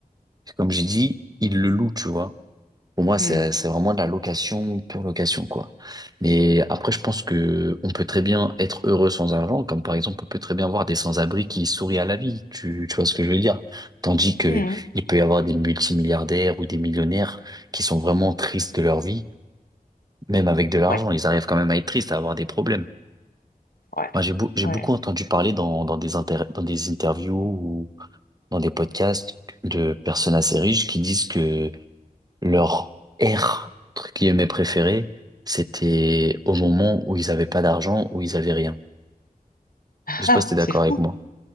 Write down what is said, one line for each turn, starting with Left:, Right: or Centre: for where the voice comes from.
Right: comme j'ai dit, il le loue, tu vois. Pour moi, c'est
Left: Mmh.
Right: c'est vraiment de la location, pure location, quoi. Mais après, je pense que on peut très bien être heureux sans argent, comme par exemple, on peut très bien voir des sans-abri qui sourient à la vie. Tu, tu vois ce que je veux dire? Tandis que
Left: Mmh.
Right: il peut y avoir des multimilliardaires ou des millionnaires qui sont vraiment tristes de leur vie, même avec de l'argent,
Left: Ouais,
Right: ils arrivent quand même à être tristes, à avoir des problèmes.
Left: ouais,
Right: Moi, j'ai beau- j'ai
Left: ouais.
Right: beaucoup entendu parler dans, dans des inter- dans des interviews ou dans des podcasts de personnes assez riches qui disent que leur ère, entre guillemets, préférée, c'était au moment où ils n'avaient pas d'argent, où ils avaient rien. Je sais
Left: Ah,
Right: pas si t'es d'accord
Left: c'est fou,
Right: avec moi.